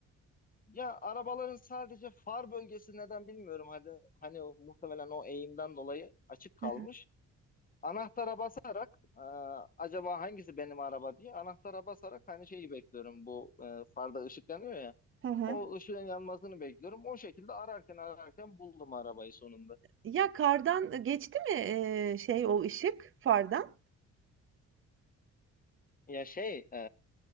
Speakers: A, on the left; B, on the right.
A: ya arabaların sadece far bölgesi neden bilmiyorum. Hadi hani o- muhtemelen o eğimden dolayı açık kalmış.
B: Hı hı.
A: Anahtara basarak e, acaba hangisi benim araba diye anahtara basarak hani şeyi bekliyorum. Bu e, farda ışıklanıyor ya.
B: Hı hı.
A: O ışığın yanmasını bekliyorum. O şekilde ararken ararken buldum arabayı sonunda.
B: Ya kardan e, geçti mi e, şey o ışık fardan?
A: Ya şey, e,